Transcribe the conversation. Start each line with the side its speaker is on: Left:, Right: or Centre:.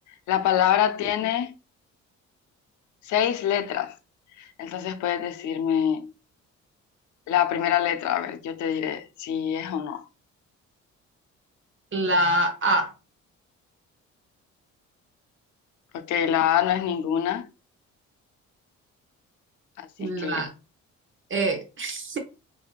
Left: La palabra tiene seis letras. Entonces puedes decirme la primera letra, a ver, yo te diré si es o no.
Right: La A,
Left: Ok, la A no es ninguna, así
Right: la
Left: que
Right: E. <laughs>